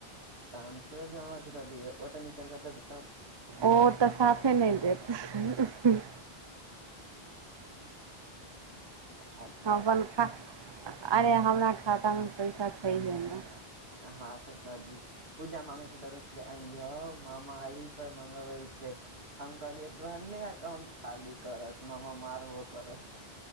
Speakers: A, on the right; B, on the right.
A: तखन सूरज मामाके दे देब, ओ तऽ निकालि देत।
B: ओ तऽ साफे नहि देत
A: ठीक <unintelligible>
B: अपन खा अरे हमरा खातामे पैसा छैहे ने।
A: हँ, तऽ द दिहे पूजा मामी क डरै अइ मामा आइ मंगलबै छै। हम कहलियै तोह ने अकाउंट खाली करत ता मामा मारबो करत।